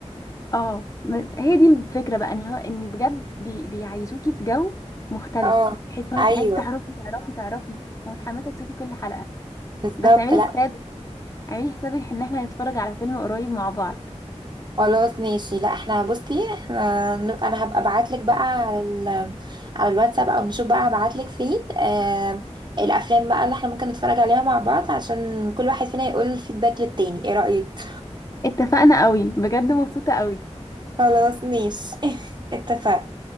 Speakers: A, on the left; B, on the right.
A: اه م- هي دي الفكرة بقى ان هو ان بجد بي بيعيشوكي في جو مختلف
B: اه
A: تحس حلو.
B: ايوه
A: عايز تعرفي تعرفي تعرفي ومتحمسة تشوفي كل حلقة
B: بالظبط
A: بس اعملي
B: لا
A: حسابك اعملي حسابك ان احنا هنتفرج على فيلم قريب مع بعض
B: خلاص ماشي لا احنا بصي احنا ن- انا هبقى ابعت لك بقى على ال... على الواتساب او نشوف بقى هبعت لك فين آه... الافلام بقى اللي احنا ممكن نتفرج عليها مع بعض عشان كل واحد فينا يقول الفيدباك للتاني ايه رأيك
A: اتفقنا قوي بجد مبسوطة قوي
B: خلاص ماشي <laughs> اتفقنا